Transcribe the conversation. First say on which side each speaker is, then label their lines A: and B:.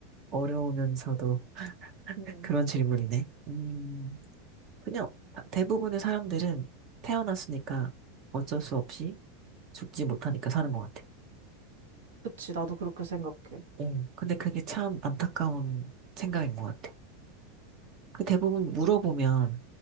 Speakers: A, on the right; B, on the right.
A: 어려우면서도 <laughs>
B: 음.
A: 그런 질문이네. 음, 그냥 다- 대부분의 사람들은 태어났으니까 어쩔 수 없이 죽지 못하니까 사는 것 같아.
B: 그치. 나도 그렇게 생각해.
A: 응. 근데 그게 참 안타까운 생각인 것 같아. 그 대부분 물어보면